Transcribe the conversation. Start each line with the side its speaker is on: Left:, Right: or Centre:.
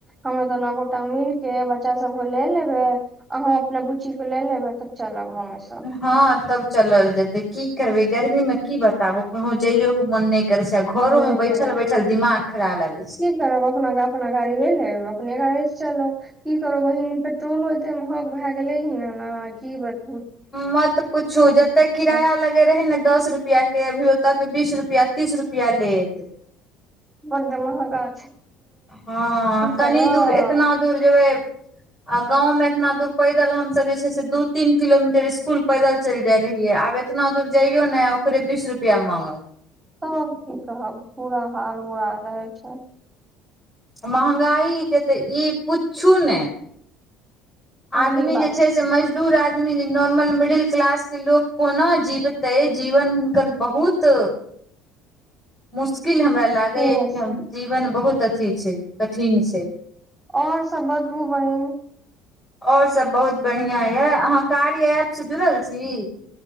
Right: हमे दोनो गोटा मिलके बच बच्चा सब के ले लेबे अहो अपना बुच्ची के ले लेबे तब चलब हमे सब
Left: हँ तब चलल जेतै की करबै गर्मीमे की बताबू कहूँ जाइयो के मोन नहि करै छै आ घरो
Right: नहि
Left: मे बैठल
Right: करै
Left: बैठल
Right: छै
Left: दिमाग खराब लागै छै
Right: की करब अपना अपना गाड़ी ले लेब अपने गाड़ी से चलो की करो बहिन पेट्रोलो एते महग भए गेले ह न की बत
Left: मतऽ पूछू जते किराया
Right: छै
Left: लगे रहे ने दस रुपआ के अभी ओतऽ बीस रुपया तीस रुपया लेत
Right: बड महंगा
Left: हँ कनी
Right: करब
Left: दूर एतना दूर जेबै आ गांव मे इतना दूर पैदल हम सब जे छै से दू तीन किलोमीटर स्कूल पैदल चलि जाय रहिये आब एतना दुर जइयो ने ओकरे बीस रुपया माँगत
Right: तब की कहब पूरा हाल बुरा रहै छै
Left: मंहगाई के तऽ ई पुछू नइ
Right: वही
Left: आदमी
Right: बात
Left: जे छै से मजदूर आ आदमी नॉर्मल मिडिल क्लास के लोक कोना जीवते जीवन हुनकर बहुत मुश्किल हमरा लागैया
Right: तें
Left: कि हम
Right: से
Left: जीवन बहुत अथी छै कठिन छै
Right: और सब बतबू बहिन
Left: और सभ बहुत बढ़िआँ यए अहाँ कार्य ऐपसँ जुड़ल छी